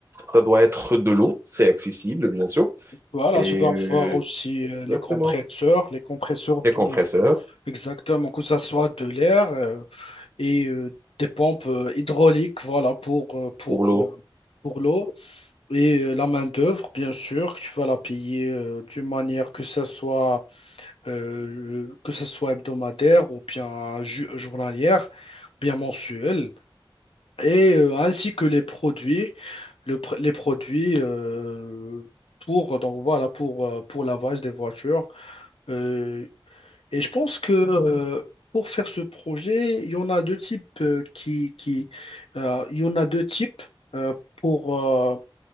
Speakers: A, on the right (about 30°); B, on the left (about 90°).
A: Ça doit être de l'eau. C'est accessible, bien sûr.
B: Voilà,
A: Et
B: tu dois
A: euh,
B: avoir aussi euh,
A: Exactement.
B: les compresseurs, les compresseurs de,
A: Des compresseurs
B: exactement, que ça soit de l'air. euh, et euh, des pompes euh, hydrauliques, voilà, pour, euh, pour,
A: pour l'eau.
B: euh, pour l'eau. Et euh, la main-d'œuvre, bien sûr, que tu vas la payer euh, d'une manière que ce soit, euh, que ça soit hebdomadaire ou bien ju- journalière, ou bien mensuelle. Et euh, ainsi que les produits, le pr- les produits euh, pour, donc voilà, pour, euh, pour lavage des voitures. Euh, et je pense que euh, pour faire ce projet, il y en a deux types euh, qui, qui euh, il y en a deux types euh, pour euh,